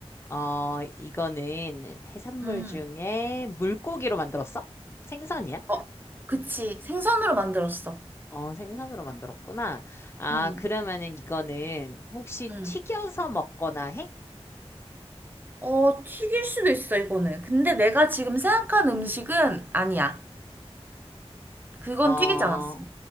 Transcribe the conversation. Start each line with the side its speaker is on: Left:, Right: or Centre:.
Left: 어, 이거는 해산물
Right: 음.
Left: 중에 물고기로 만들었어? 생선이야?
Right: 어, 그치. 생선으로 만들었어.
Left: 어, 생선으로 만들었구나. 아,
Right: 응,
Left: 그러면은 이거는 혹시
Right: 응.
Left: 튀겨서 먹거나 해?
Right: 어, 튀길 수도 있어, 이거는. 근데 내가 지금 생각한 음식은 아니야. 그건
Left: 어,
Right: 튀기지 않았어.